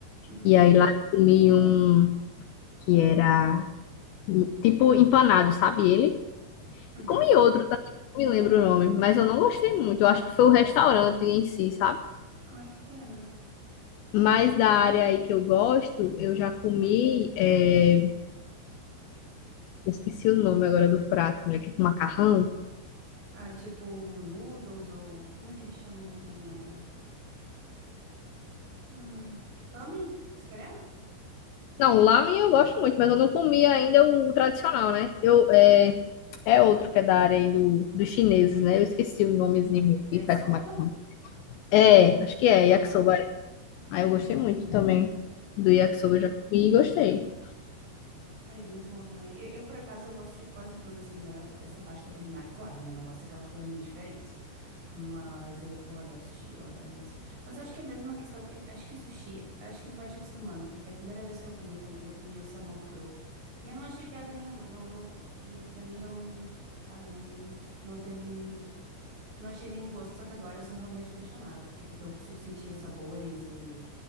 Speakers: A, on the right; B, on the left.
A: uhum.
B: e aí lá eu comi um que era hum, tipo empanado, sabe ele?
A: uhum.
B: E comi outro também, não me lembro o nome, mas eu não gostei muito. Eu acho que foi o restaurante em si, sabe?
A: Ai, que pena.
B: Mas da área aí que eu gosto, eu já comi, é, eu esqueci o nome agora do prato, mulher, que é com macarrão.
A: Ah, tipo noodles ou. Como é que eles chamam também? É. Hum, ramen, se calhar?
B: Não, lamen eu gosto muito, mas eu não comi ainda o tradicional, né? Eu, é, é outro que é da área aí do, dos chineses, né? Eu esqueci o nomezinho
A: Yakisoba?
B: que faz com macarrão. É, acho que é,
A: Ah,
B: yakisoba.
A: ok.
B: Aí eu gostei muito também do yakisoba,
A: Hum.
B: eu já comi e gostei.
A: Ai, é muito bom também. Eu, eu, por acaso, eu gosto de quase tudo, assim, da, dessa parte da culinária. Claro, né? Não gosto daquelas coisas muito diferentes. Mas eu, eu adoro sushi, eu adoro mesmo. Mas eu acho que é mesmo uma questão. eu acho que sushi, acho que tu vai te acostumando, porque a primeira vez que eu comi também, eu comi o salmão cru. E eu não achei piada nenhuma. Não, não, não, pra mim, não. Sabe, não, não, não teve. Não achei nenhum gosto. Só que agora eu sou realmente apaixonada. Tipo, que eu consigo sentir os sabores e.